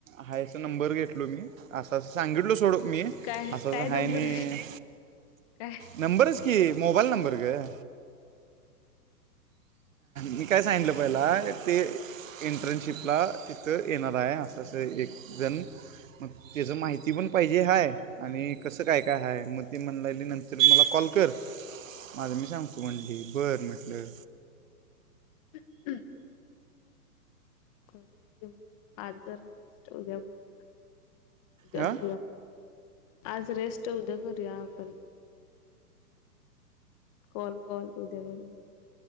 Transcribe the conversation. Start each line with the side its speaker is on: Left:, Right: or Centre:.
Right: आहे असा नंबर घेतलो मी असं असं सांगितलो सोड मी
Left: काय
Right: असंं
Left: काय नंबर
Right: आहे नाही.
Left: काय
Right: नंबरच की मोबाईल नंबर गं. मी काय सांगितलं पहिला ते इंटर्नशिपला तिथं येणार आहे असं असं एकजण मगं त्याच माहिती पण पाहिजे हाय आणि कसं कायं कायं हाय मगं ती म्हणाली नंतर मला कॉ कॉल कर माझं मी सांगतो म्हणली. बरं म्हटलं.
Left: <inaudible> कर घेऊ आज जरा रेस्ट उद्या बघूया. उद्या
Right: हां
Left: करूया मगं आज रेस्ट उद्या करूया आपण. कॉल कॉल उद्या बघू.